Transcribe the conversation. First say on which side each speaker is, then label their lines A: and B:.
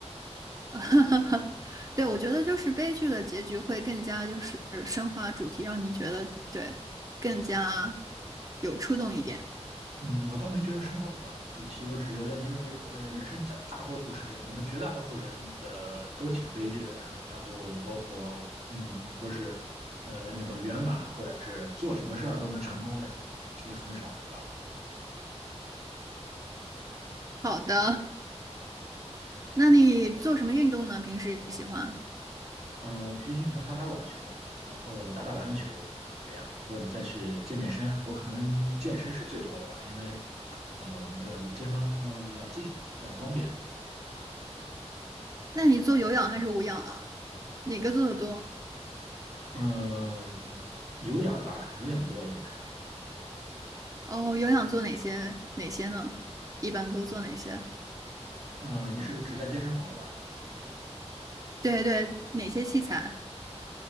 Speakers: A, on the right; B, on the right.
A: <laughs> 对，我觉得就是悲剧的结局会更加就是升华主题，让你觉得对更加有触动一点。
B: 嗯，我倒没觉得升华不了主题，我只觉得，因为我感觉人生大大多数时间，可能绝大多数人的都挺悲剧的，然后包括嗯，说是呃那种圆满，或者是做什么事儿都能成功那种，其实很少很少。
A: 好的，<laughs> 那你做什么运动呢？平时喜欢？
B: 嗯，我平时喜欢打打网球，然后打打篮球，然后这样，或者再去健健身。我可能健身是最多的吧，因为呃我们的健身房比较近，比较方便。
A: 那你做有氧还是无氧啊？哪个做的多？
B: 嗯，有氧吧，有氧多一点。
A: 哦，有氧做哪些哪些呢？一般都做哪些？
B: 呃，你是只在健身房吗？
A: 对对，哪些器材？